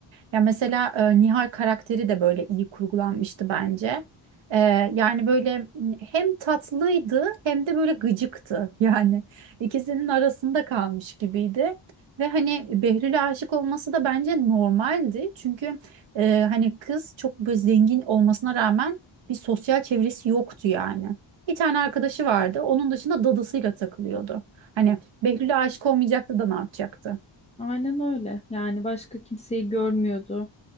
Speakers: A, on the right (about 75°); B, on the left (about 15°).
A: Ya mesela e, Nihal karakteri de böyle iyi kurgulanmıştı bence. E, yani böyle m, hem tatlıydı hem de böyle gıcıktı. <laughs> Yani ikisinin arasında kalmış gibiydi. Ve hani Behlül'e aşık olması da bence normaldi. Çünkü e, hani kız çok böyle zengin olmasına rağmen bir sosyal çevresi yoktu yani. Bir tane arkadaşı vardı. Onun dışında dadısıyla takılıyordu. Hani Behlül'e aşık olmayacaktı da ne yapacaktı?
B: aynen öyle yani başka kimseyi görmüyordu